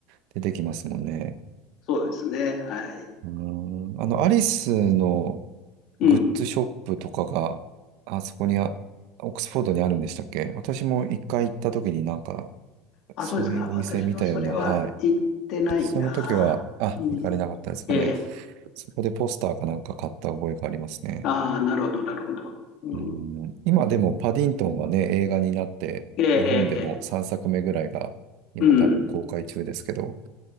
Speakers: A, on the right; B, on the left.
A: 出てきますもんね。
B: そうですね、はい。
A: うーん、あの、アリスの
B: うん、
A: グッズショップとかが、あそこにあ、オックスフォードにあるんでしたっけ私も一回行った時になんか、
B: あ、
A: そういうお店見たような、
B: そうですか、私はそれは行ってないな。
A: はい。その時は、あ、
B: うん、
A: 行かれなかったですかね。
B: ええ、
A: そこでポスターかなんか買った覚えがありますね。
B: ああ、なるほど、なるほど。うん、
A: うん、今でもパディントンはね、映画になって、
B: ええ、ええ、
A: 日本でも3作目ぐらいが今多分公開中ですけど、
B: ええうん、